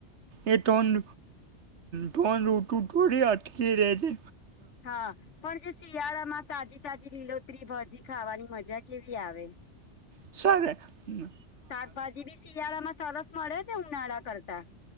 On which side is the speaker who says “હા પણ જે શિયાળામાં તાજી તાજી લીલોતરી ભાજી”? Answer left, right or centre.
Left